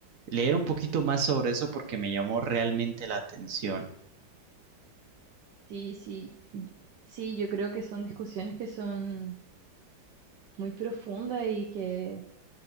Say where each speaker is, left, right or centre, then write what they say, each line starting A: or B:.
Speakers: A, on the right; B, on the right.
A: leer un poquito más sobre eso porque me llamó realmente la atención.
B: Sí, sí. y- Sí, yo creo que son discusiones que son muy profundas y que